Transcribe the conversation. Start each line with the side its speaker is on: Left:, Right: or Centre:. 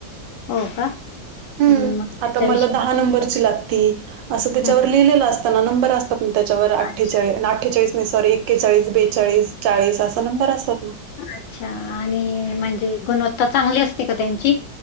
Left: हो का.
Right: हम्म.
Left: हं, मग
Right: आता
Left: त्याच्याविषयी
Right: मला दहा नंबरची लागती असं त्याच्यावर
Left: हं.
Right: लिहिलेलं असताना नंबर अस तात त्याच्यावर अठ्ठेचाळी
Left: अच्छा,
Right: अठ्ठेचाळीस नाही सॉरी एक्केचाळीस बेचाळीस चाळीस अस नंबर असतात ना.
Left: अच्छा आणि म्हणजे गुणवत्ता चांगली असते का त्यांची?